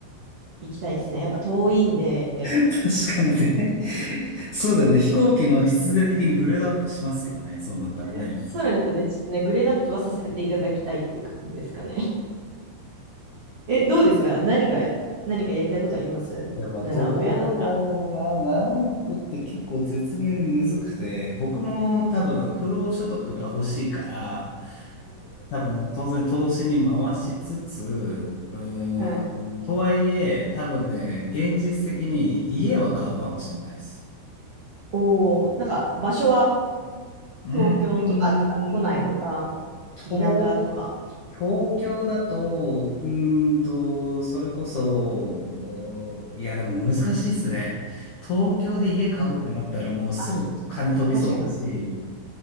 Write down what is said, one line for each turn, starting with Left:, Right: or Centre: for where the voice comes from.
Right: 行きたいですね。やっぱ遠いんで、
Left: <laughs> 確かにね。そうだよね。飛行機も必然的にグレードアップしますよね。そうなったらね。
Right: えそうなんですよね。ちょっとね、グレードアップはさせていただきたいっていう感じですかね。<laughs> え、どうですか何が、何かやりたいことあります
Left: でも、
Right: ?7
Left: どうだろうな。
Right: 億円当たった
Left: 7億って結構絶妙にむずくて、僕も多分、不労所得が欲しいから、多分、当然投資に回しつつ、うーん、
Right: ら。はい。
Left: とはいえ、多分ね、現実的に家は買うかもしれないです。
Right: おー、なんか場所は
Left: うん。
Right: 東京と、
Left: うーん、
Right: あ、とか、都内とか、
Left: 東、
Right: 田舎とか。
Left: 東京だと、うーんと、それこそ、いや、でも難しいですね。東京で家買うってなったら、
Right: うん。
Left: もうすぐ金飛びそうだし、
Right: あ、確かに。